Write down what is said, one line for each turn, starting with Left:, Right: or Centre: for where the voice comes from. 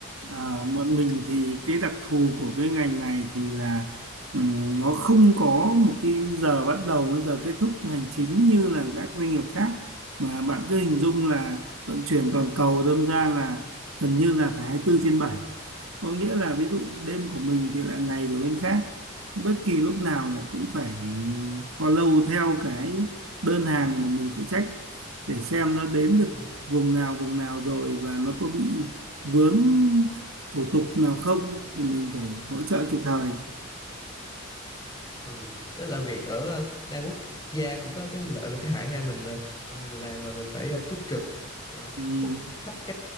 Right: À, bọn mình thì cái đặc thù của cái ngành này thì là ừm, nó không có một cái giờ bắt đầu với giờ kết thúc hành chính như là các doanh nghiệp khác mà bạn cứ hình dung là vận chuyển toàn cầu đâm ra là gần như là phải 24 trên bảy có nghĩa là ví dụ đêm của mình thì là ngày của bên khác bất kỳ lúc nào là cũng phải follow theo cái đơn hàng mà mình phụ trách để xem nó đến được
Left: Ừ.
Right: vùng nào vùng nào rồi và nó có bị vướng thủ tục nào không thì mình phải hỗ trợ kịp thời
Left: ừ tức là việc ở đa quốc gia cũng có cái lợi và cái hại ha mình ờ, mình làm mà mình phải ờ, túc trực ờ,
Right: ừ,
Left: khắc khúc sắp cái